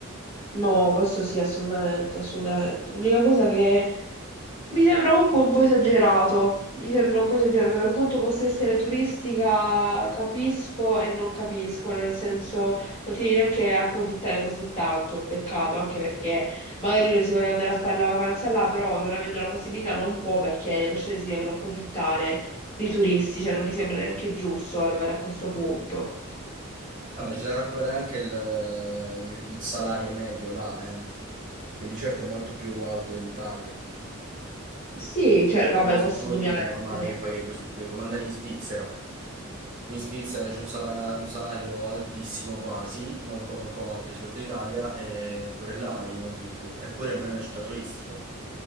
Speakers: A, on the left (about 30°); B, on the right (about 40°).
A: No, questo sì, assolutamente, assolutamente. L'unica cosa che Mi sembra un po', un po' esagerato, mi sembra un po' esagerato, per quanto possa essere turistica, capisco e non capisco, nel senso non ti devi neanche approfittare così tanto, peccato, anche perché magari uno si vuole andare a fare la vacanza là, però non avendo la possibilità non può perché le persone si devono approfittare dei turisti, cioè non mi sembra neanche giusto arrivare a questo punto.
B: Vabbè, c'è da calcolare anche il, il salario medio là, eh, che di certo è molto più alto dell'Italia.
A: Sì,
B: Quindi,
A: cioè, vabbè,
B: per lo stesso
A: questo
B: motivo,
A: indubbiamente.
B: è normale che paghi così più. È come andare in Svizzera. In Svizzera c'è un salara- un salario, altissimo quasi, molto molto alto rispetto all'Italia, e pure là paghi molto di più. Eppure non è una città turistica.